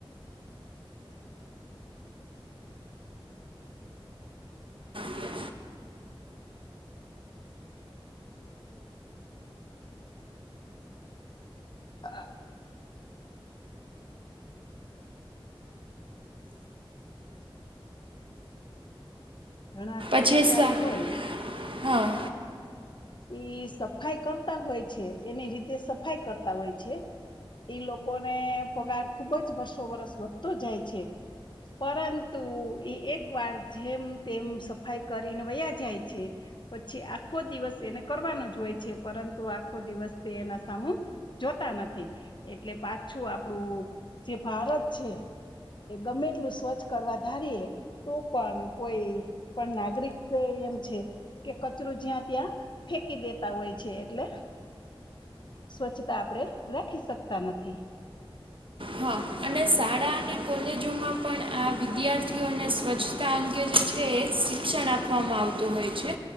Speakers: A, on the right (about 65°); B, on the left (about 55°).
A: છે
B: અ ઘણા કર્મચારી
A: પછી સા
B: હોય.
A: હા.
B: ઇ સફાઈ કરતા હોય છે, એની રીતે સફાઈ કરતા હોય છે. ઈ લોકોને પગાર ખુબ જ વર્ષો વરસ વધતો જાય છે. પરંતુ એ એક વાર જેમ-તેમ સફાઈ કરીને વયા જાય છે. પછી આખો દિવસ એને કરવાનું જ હોય છે પરંતુ આખો દિવસ તે એના સામું જોતા નથી એટલે પાછું આપણું જે ભારત છે. ગમે એટલું સ્વચ્છ કરવા ધારીએ તો પણ કોઈ પણ નાગરિક એમ છે કે, કચરો જ્યાં ત્યાં ફેકી દેતા હોય છે એટલે સ્વચ્છતા આપડે રાખી શકતા નથી. <inaudible>
A: હા અને શાળા અને કોલેજોમાં પણ આ વિદ્યાર્થીઓને સ્વચ્છ તા અંગે જે છે, એ શિક્ષણ આપવામાં આવતું હોય છે.